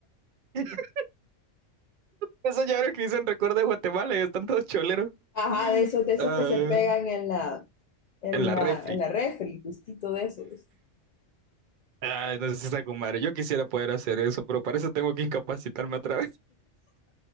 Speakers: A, on the right; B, on the left.
A: <laughs> Esos llaveros que dicen recuerdo de Guatemala y están todos choleros.
B: Ajá,
A: <laughs>
B: de esos, de esos
A: Ah,
B: que se pegan en la, en
A: en la
B: la,
A: refri.
B: en la refri, justito de esos.
A: Ay, no sé si está con madre. Yo quisiera poder hacer eso, pero para eso tengo que incapacitarme otra vez.